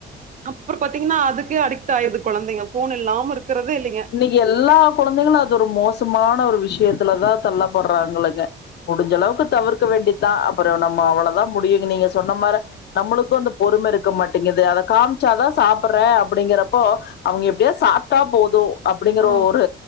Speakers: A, on the right; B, on the left.
A: அப்ற் பாத்தீங்கன்னா அதுக்கே அடிக்ட் ஆயிடுது கொழந்தைங்க ஃபோன் இல்லாம இருக் க்குறதே இல்லிங்க
B: இன்னிக்கி எல்லா கொழந்தைகளு அதொரு மோசமான ஒரு விஷ்யத்துலதா தள்ளப்பட்றாங்ளைங்க முடிஞ்சளவுக்கு தவிர்க்க வேண்டிதா அப்பறோ நம்ம அவளதா முடியுங்கு நீங்க சொன்ன மார நம்முளுக்கு அந்த பொறும இருக்க மாட்டிங்கிது அத காம்ச்சாதா சாப்பறே அப்டிங்கறப்போ அவுங்க எப்டியாத் சாப்ட்டா போது அப்டிங்கிற
A: ஆ,
B: ஒரு